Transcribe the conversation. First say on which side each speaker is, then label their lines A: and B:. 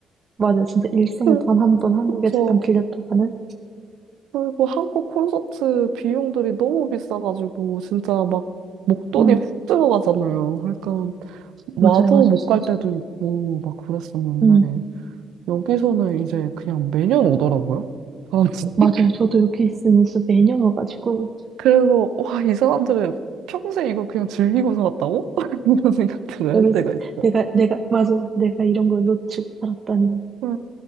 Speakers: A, on the right (about 40°); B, on the right (about 85°).
A: 맞아. 진짜 일생에
B: <laughs> 그
A: 단 한 번 한국에
B: 죠
A: 잠깐 들렸다가는.
B: 그리고 한국 콘서트 비용들이 너무 비싸가지고 진짜 막 목돈이
A: 응.
B: 확 들어가잖아요. 그러니까 와도
A: 맞아요. 맞아요.
B: 못
A: 진짜.
B: 갈 때도 있고 막 그랬었는데
A: 응.
B: 여기서는 이제 그냥 매년 오더라고요. 사람들이.
A: 맞아요.
B: <laughs>
A: 저도 여기 있으면서 매년 와가지고
B: 그래서 와, 이 사람들은 평생 이걸 그냥 즐기고 살았다고? <laughs> 이런 생각들을
A: 그래서
B: 할 때가 있어요.
A: 내가 내가 맞아. 내가 이런 걸 놓치고 살았다니.
B: 네.